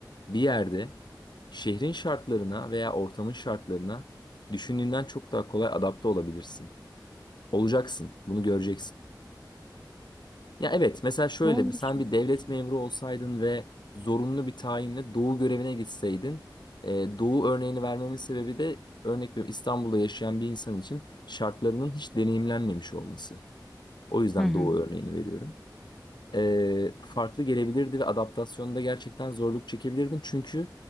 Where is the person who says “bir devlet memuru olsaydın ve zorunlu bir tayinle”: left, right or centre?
Left